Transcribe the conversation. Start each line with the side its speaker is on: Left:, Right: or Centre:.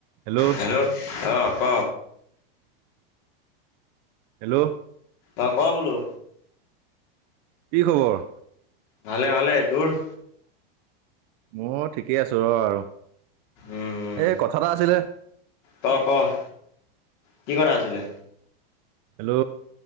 Right: হেল্ল'।
Left: হেল্ল', অ' ক।
Right: হেল্ল'।
Left: অ' ক' বোলো।
Right: কি খবৰ?
Left: ভালে ভালে তোৰ।
Right: ময়ো ঠিকেই আছোঁ ৰ আৰু,
Left: উম
Right: এই কথা এটা আছিলে।
Left: ক' ক', কি কথা আছিলে।
Right: হেল্ল'।